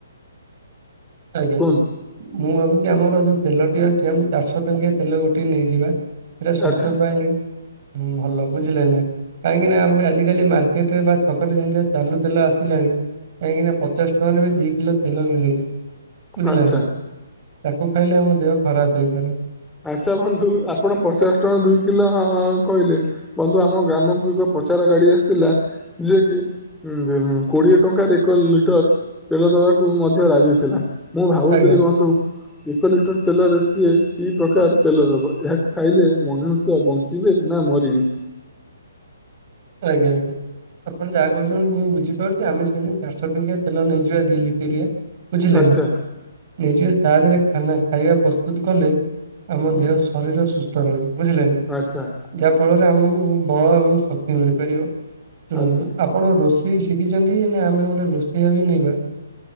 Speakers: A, on the right; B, in the centre.
A: ଆଜ୍ଞା
B: କୁହନ୍ତୁ
A: ମୁଁ ଭାବୁଛି ଆମର ଯୋଉ ତେଲଟି ଅଛି ଆମେ ଚାରିଶହ ଟଙ୍କିଆ ତେଲ ଗୋଟିଏ ନେଇଯିବା ସେଇଟା ସୁସ୍ଥ
B: ଆଚ୍ଛା
A: ପାଇଁ ଭଲ ବୁଝିଲେ ନା କାହିଁକି ନା ଆଜିିକାଲି ମାର୍କେଟରେ ବା ଛକ ରେ ଯେିତି ଚାଲୁ ତେଲୁ ଆସିଲାଣି କାହିଁକି ନା ପଚାଶ ଟଙ୍କାରେ ବି ଦି କିଲୋ ତେଲ ମିଳେଇଛି ବୁଝିଲ
B: ଆଚ୍ଛା
A: ନା ତାକୁ ଖାଇଲେ ଆମ ଦେହ ଖରାପ ହେଇପାରେନି
B: ଆଚ୍ଛା ବନ୍ଧୁ ଆପଣ ପଚାଶ ଦୁଇ କିଲୋ କହିଲେ ବନ୍ଧୁ ଆମ ଗ୍ରାମକୁ ଏକ ପଚାର ଗାଡି ଆସିଥିଲା ଯେଏ କିି ହଁ କୋଡିଏ ଟଙ୍କାରେ ଏକ ଲିଟର ତେଲ ଦବାକୁ ମଧ୍ୟ ରାଜି ଥିଲା ମୁଁ ଭାବୁଥିଲି
A: ଆଜ୍ଞା।
B: ବନ୍ଧୁ ଏକ ଲିଟର ତେଲରେ ସିଏ କି ପ୍ରକାର ତେଲ ଦବ ଏହାକୁ ଖାଇଲେ ମନୁଷ୍ୟ ବଞ୍ଚିବେ ନା ମରିବେ
A: ଆଜ୍ଞା ଆଜ୍ଞା ଆପଣ ଯାହା କହୁଛନ୍ତି ମୁଁ ବୁଝିପାରୁଛି ଆମେ ସେନି ଚାରିଶହ ଟଙ୍କିଆ ତେଲ ନେଇଯିବା ଦି ଲିଟରଆ ବୁଝିଲେ
B: ଆଚ୍ଛା
A: ନା ନିଜେ ତାଦରୋନ ଖାଇବା ପ୍ରସ୍ତୁତ କଲେ ଆମ ଦେହ ଶରୀର ସୁସ୍ଥ ରହିବ ବୁଝିଲେ ନା
B: ଆଚ୍ଛା
A: ଯାହାଫଳରେ ଆମକୁ ବଳ ଏବଂ ଶକ୍ତି ମିଳିପାରିବ ଶୁଣନ୍ତୁ
B: ଆଚ୍ଛା
A: ଆପଣ ରୋଷେଇ ଶିଖିଛନ୍ତି ନା ଆମେ ଗୋଟେ ରୋଷେଇଆ ବି ନବା